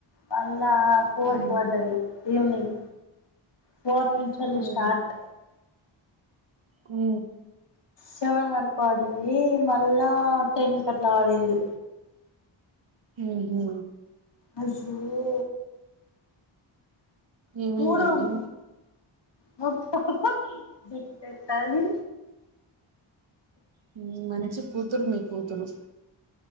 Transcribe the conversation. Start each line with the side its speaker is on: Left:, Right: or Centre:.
Left: మళ్ళ ఫోర్
Right: ఉమ్
Left: కు వడ్డది ఈవినింగ్ ఫోర్ నుంచేల్లి
Right: ఉమ్
Left: స్టార్ట్
Right: ఊ
Left: సెవెన్ వరక్ వడింది మళ్ళా టెన్ కట్లా వడింది
Right: ఉహు
Left: అజ్యో
Right: ఏమైందండి
Left: మూడోమ్ మబ్బో జట్టెత్తల్లి
Right: హు మంచి కూతురు మీ కూతురు